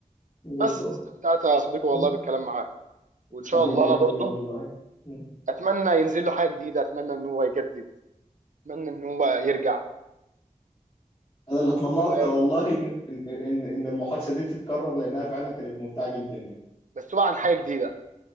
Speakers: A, on the left (about 30°); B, on the right (about 65°).
A: بالظبط
B: بس استمتعت يا صديقي والله
A: مم.
B: بالكلام معاك وان
A: حبيبي
B: شاء الله
A: يا اخويا
B: برضه
A: والله مم.
B: اتمنى ينزل له حاجه جديده اتمنى ان هو يجدد اتمنى ان هو يرجع
A: انا اللي اتمناه
B: و-
A: اكتر والله ان ان ان ان المحادثه دي تتكرر لانها فعلا كانت ممتعه جدا يعني
B: بس هو عن حاجه جديده